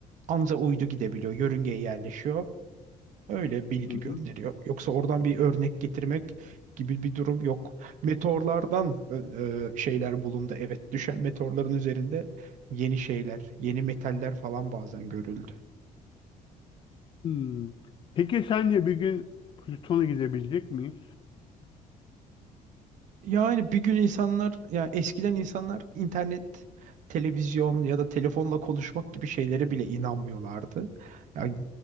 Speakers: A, on the right (about 60°); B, on the left (about 35°).
A: Anca uydu gidebiliyor, yörüngeye yerleşiyor. Öyle bilgi
B: Hı hı.
A: gönderiyor. Yoksa oradan bir örnek getirmek gibi bir durum yok. Meteorlardan e, e, şeyler bulundu. Evet, düşen meteorların üzerinde yeni şeyler, yeni metaller falan bazen görüldü.
B: Hmm. Peki sence bir gün Plüton'a gidebilecek miyiz?
A: Yani bir gün insanlar, ya eskiden insanlar internet, televizyon ya da telefonla konuşmak gibi şeylere bile inanmıyorlardı. Yani